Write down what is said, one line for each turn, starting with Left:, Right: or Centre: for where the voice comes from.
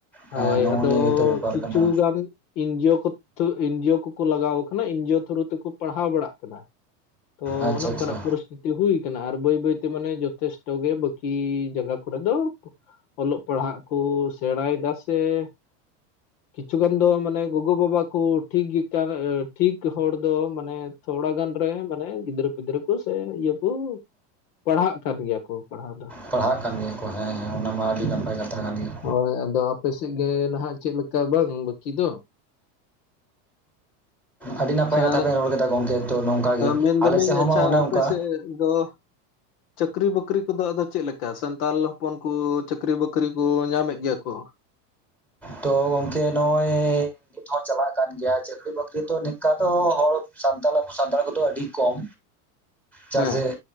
Centre: ᱦᱮᱸ
Left: ᱳᱭ
Centre: ᱱᱚᱜᱼᱚ
Left: ᱟᱫᱚ
Centre: ᱱᱤᱭᱟᱹ ᱜᱮᱛᱚ ᱵᱮᱯᱟᱨ
Left: ᱠᱤᱪᱷᱩ
Centre: ᱠᱟᱱᱟ
Left: ᱜᱟᱱ ᱮᱱᱡᱤᱭᱳ ᱠᱚ ᱛᱷᱚ ᱮᱱᱡᱤᱭᱳ ᱠᱚᱠᱚ ᱞᱟᱜᱟᱣ ᱠᱟᱱᱟ ᱮᱱᱡᱤᱭᱳ ᱛᱷᱨᱩ ᱛᱮᱠᱩ ᱯᱟᱲᱦᱟᱣ ᱵᱟᱲᱟᱜ ᱠᱟᱱᱟ᱾ ᱛᱚ
Centre: ᱟᱪᱪᱷᱟ
Left: ᱚᱱᱮ ᱚᱝᱠᱟᱱᱟᱜ
Centre: ᱟᱪᱪᱷᱟ
Left: ᱯᱚᱥᱛᱷᱤᱛᱤ ᱦᱩᱭ ᱠᱟᱱᱟ ᱟᱨ ᱵᱟᱹᱭ ᱵᱟᱹᱭ ᱛᱮ ᱢᱟᱱᱮ ᱡᱚᱛᱷᱮᱥᱴᱚ ᱜᱮ ᱵᱟᱹᱠᱤ ᱡᱟᱜᱟ ᱠᱚᱨᱮ ᱫᱚ ᱚᱞᱚᱜ ᱯᱟᱲᱦᱟᱜ ᱠᱚ ᱥᱮᱬᱟᱭ ᱫᱟ ᱥᱮ ᱠᱤᱪᱷᱩ ᱜᱟᱱ ᱫᱚ ᱢᱟᱱᱮ ᱜᱚᱜᱚ ᱵᱟᱵᱟ ᱠᱚ ᱴᱷᱤᱠ ᱜᱤ ᱠᱟ ᱟᱹ ᱴᱷᱤᱠ ᱦᱚᱲ ᱫᱚ ᱢᱟᱱᱮ ᱛᱷᱚᱲᱟ ᱜᱟᱱ ᱨᱮ ᱢᱟᱱᱮ ᱜᱤᱫᱽᱨᱟᱹ ᱯᱤᱫᱽᱨᱟᱹ ᱠᱩ ᱥᱮ ᱤᱭᱟᱹ ᱠᱚ ᱯᱟᱲᱦᱟᱜ ᱠᱟᱱ ᱜᱮᱭᱟ ᱠᱚ ᱯᱟᱲᱦᱟᱣ ᱫᱚ
Centre: ᱯᱟᱲᱦᱟᱜ ᱠᱟᱱ ᱜᱮᱭᱟ ᱠᱚ ᱦᱮᱸ ᱦᱮᱸ ᱚᱱᱟ ᱢᱟ ᱟᱹᱰᱤ ᱱᱟᱯᱟᱭ ᱠᱟᱛᱷᱟ ᱠᱟᱱ ᱜᱮᱭᱟ᱾
Left: ᱦᱳᱭ ᱟᱫᱚ ᱟᱯᱮ ᱥᱮᱜ ᱜᱮ ᱱᱟᱦᱟᱸᱜ ᱪᱮᱫ ᱞᱮᱠᱟ ᱵᱟᱝ ᱵᱟᱹᱠᱤ ᱫᱚ
Centre: ᱟᱹᱰᱤ ᱱᱟᱯᱟᱭ
Left: ᱟᱪᱪᱷᱟ
Centre: ᱠᱟᱛᱷᱟ ᱵᱮᱱ ᱨᱚᱲ ᱠᱮᱫᱟ ᱜᱚᱝᱠᱮ ᱛᱚ ᱱᱚᱝᱠᱟ ᱜᱮ
Left: ᱢᱮᱱᱫᱟᱞᱤᱧ
Centre: ᱟᱞᱮ ᱥᱮᱫ ᱦᱚᱸ
Left: ᱟᱪᱪᱷᱟ
Centre: ᱢᱟ ᱚᱱᱮ
Left: ᱟᱯᱮ
Centre: ᱚᱱᱠᱟ
Left: ᱥᱮᱜ ᱫᱚ ᱪᱟᱹᱠᱨᱤ ᱵᱟᱹᱠᱨᱤ ᱠᱚᱫᱚ ᱟᱫᱚ ᱪᱮᱫ ᱞᱮᱠᱟ ᱥᱟᱱᱛᱟᱞ ᱦᱚᱯᱚᱱ ᱠᱚ ᱪᱟᱹᱠᱨᱤ ᱵᱟᱹᱠᱨᱤ ᱠᱚ ᱧᱟᱢᱮᱜ ᱜᱮᱭᱟ ᱠᱚ
Centre: ᱛᱚ ᱜᱚᱝᱠᱮ ᱱᱚᱜᱼᱚᱭ ᱱᱤᱛ ᱦᱚᱸ ᱪᱟᱞᱟᱜ ᱠᱟᱱ ᱜᱮᱭᱟ ᱪᱟᱹᱠᱨᱤ ᱵᱟᱹᱠᱨᱤ ᱫᱚ ᱱᱤᱝᱠᱟ ᱫᱚ ᱦᱚᱲ ᱥᱟᱱᱛᱟᱲ ᱟᱵᱚ ᱥᱟᱱᱛᱟᱲ ᱠᱚᱫᱚ ᱟᱹᱰᱤ ᱠᱚᱢ ᱪᱟ
Left: ᱦᱮᱸ,
Centre: ᱡᱮᱜ